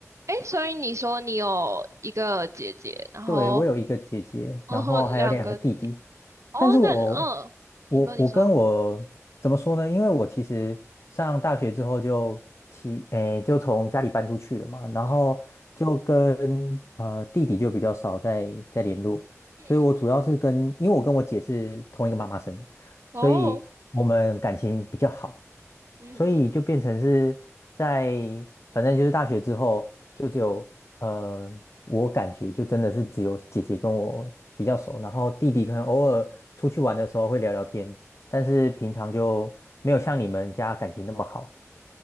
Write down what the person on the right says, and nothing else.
诶，所以你说你有一个姐姐，然后
嗯哼，
两个哦，
那嗯，
你说你说，
嗯嗯
哦，
嗯哼，
嗯